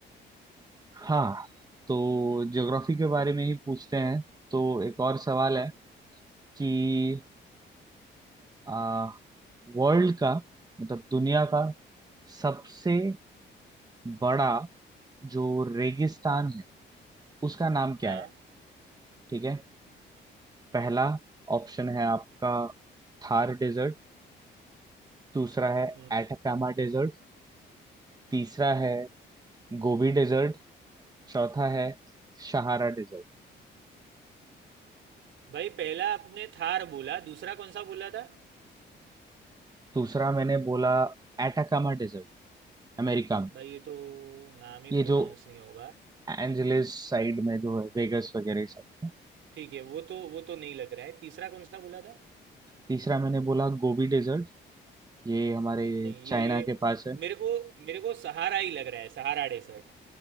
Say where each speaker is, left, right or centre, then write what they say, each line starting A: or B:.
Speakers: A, on the right (about 20°); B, on the right (about 70°).
A: हाँ तो ज्योग्राफी के बारे में ही पूछते हैं तो एक और सवाल है कि आ, वर्ल्ड का मतलब दुनिया
B: हम्म
A: का सबसे बड़ा जो रेगिस्तान है उसका नाम क्या
B: हाँ
A: है ठीक है पहला ऑप्शन है आपका थार डेजर्ट दूसरा है
B: हम्म
A: एटाकामा डेजर्ट तीसरा है गोबी डेजर्ट चौथा है सहारा डेजर्ट
B: भाई पहला आपने थार बोला दूसरा कौन सा बोला था
A: दूसरा मैंने बोला एटाकामा डेजर्ट अमेरिका में
B: भाई ये तो नाम ही
A: ये जो
B: प्रोनाउंस नहीं होगा
A: एंजलिस साइड में जो है वेगस वगैरह साइड में
B: ठीक है वो तो वो तो नहीं लग रहा है तीसरा कौन सा बोला था
A: तीसरा मैंने बोला गोबी डेजर्ट ये हमारे
B: नहीं
A: चाइना
B: ये
A: के पास है
B: मेरे को मेरे को सहारा ही लग रहा है सहारा डेसर्ट